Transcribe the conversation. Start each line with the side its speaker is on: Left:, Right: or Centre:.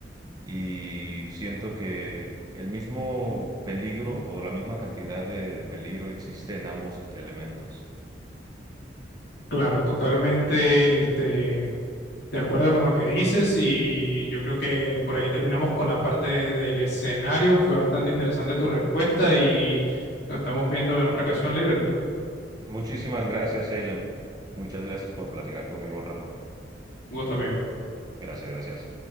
Right: y siento que el mismo peligro o la misma cantidad de, de peligro existe en ambos elementos.
Left: Claro, totalmente este, de acuerdo con lo que dices y yo creo que por aquí terminamos con la parte del escenario. Fue bastante interesante tu respuesta y nos estamos viendo en otra ocasión, Libre.
Right: Muchísimas gracias, Salem. Muchas gracias por platicar conmigo un rato.
Left: Un gusto, amigo.
Right: Gracias, gracias.